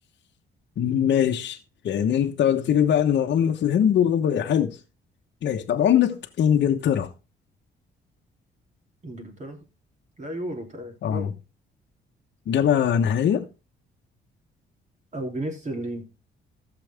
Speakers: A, on the left; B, on the right.
A: ماشي يعني انت قلت لي بقى ان عملة الهند والروبية حلو ماشي طب عملة انجلترا
B: إنجلترا لا يورو تقريبا
A: اه
B: يورو
A: إجابة نهائية
B: او جنيه استرليني